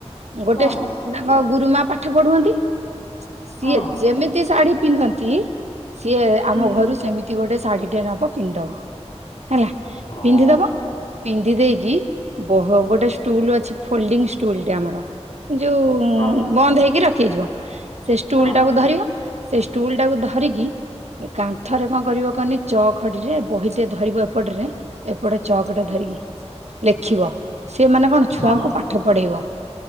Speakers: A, on the right (about 75°); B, on the left (about 60°).
A: ଗୋଟେ
B: କଣ
A: ତାଙ୍କ ଗୁରୁ ମା ପାଠ ପଢୁଅନ୍ତି ସିଏ
B: ହଁ
A: ଯେମିତି ଶାଢୀ ପିନ୍ଧନ୍ତି ସିଏ ଆମ
B: ହୁଁ
A: ଘରୁ ସେମିତି ଗୋଟେ ଶାଢୀ ଟେ ନବ ପିନ୍ଧିଦେବ ହେଲା।
B: ଓହୋ
A: ପିନ୍ଧିଦବ ପିନ୍ଧି ଦେଇକି କି ବହ ଗୋଟେ ଷ୍ଟୁଲ ଅଛି ଫୋଲଡିଂ ଷ୍ଟୁଲଟେ ଆମର ଯୋଉ ଉନ୍
B: ହଁ
A: ବନ୍ଦ ହେଇକି ରଖିଯିବ ସେ ଷ୍ଟୁଲ
B: ହଁ
A: ଟାକୁ ଧରିବ ସେ ଷ୍ଟୁଲ ଟାକୁ ଧରିକି ଏ କାନ୍ଥରେ କଣ କରିବ କହନି ଚ ଖଡିରେ ବହିଟେ ଧରିବ ଏପଟରେ ଏପଟେ ଚକ ଟା ଧରିକି ଲେଖିବ ସେମାନେ କଣ
B: ହଁ
A: ଛୁଆଙ୍କୁ ପାଠ ପଢ଼େଇବ।